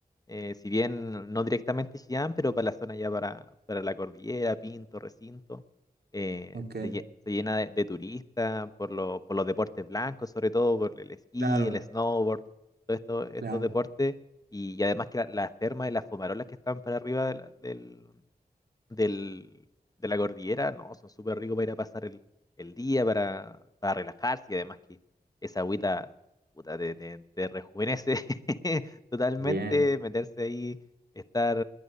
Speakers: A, on the left; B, on the right.
A: Eh, si bien no directamente Chillán, pero para la zona ya para, para la cordillera, Pinto, Recinto, eh,
B: Ok,
A: se, lle- se llena de, de turistas por, lo- por los deportes blancos, sobre todo por el esquí,
B: claro,
A: el snowboard, todos estos estos
B: claro.
A: deportes. Y, y además que la- las termas y las fumarolas que están para arriba de la- del, del, de la cordillera, no, son súper ricos para ir a pasar el, el día, para, para relajarse y además que esa agüita puta, te, te- te rejuvenece <laughs> totalmente,
B: Bien,
A: meterse ahí, estar